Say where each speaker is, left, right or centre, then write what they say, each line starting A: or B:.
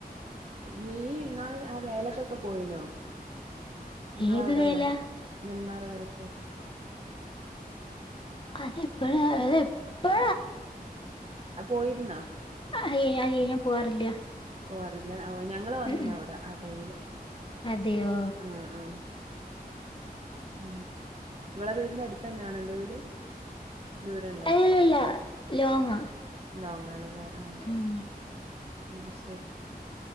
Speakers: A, on the right; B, on the left.
A: നീ ഇന്നാള് ആ വേലക്കൊക്കെ പോയീനോ നിങ്ങളവിടെള്ള
B: ഏത് വേല
A: നെന്മാറ വേലക്ക്
B: അതെപ്പഴാ അതെ പ്പ
A: അ പോയിരുന്നാ
B: അയ്യേ <unintelligible> ഞാൻ പോവാറില്ല
A: പോവാറില്ല ഓ ഞങ്ങള് വന്നീനവടെ
B: ഉം ഉം
A: ആ ടൈമില്
B: അതെയോ
A: ആ ആ ഉം ഇവളെ വീടിന്റെ അടുത്തെന്നാണോ ന്റെ വീട്? ദൂരണ്ടോ
B: അല്ലല്ല ലോങ്ങാ
A: ലോങ്ങണ് ലേ ആഹ്
B: ഉം
A: അത് ശരി